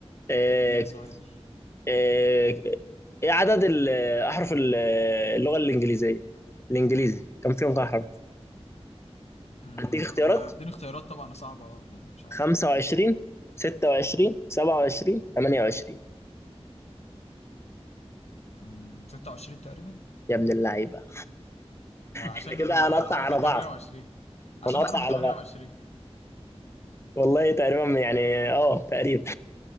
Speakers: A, on the left (about 25°); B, on the left (about 75°).
A: آه،
B: اديني سؤال
A: آه، ايه عدد ال- احرف ال- آه، اللغه الانجليزيه الانجليزي كم فيهم احرف
B: امم
A: هديك اختيارات
B: طب اديني اختيارات طبعا صعبة اه يعني مش عارف
A: 25 26 27 28
B: امم 26 تقريبا
A: يا ابن اللعيبه
B: آه، عشان
A: احنا كده
B: ال- العربي
A: هنقطع على
B: 28
A: بعض
B: عشان
A: هنقطع
B: العربي
A: على
B: 28
A: بعض والله تقريبا يعني اه تقريبا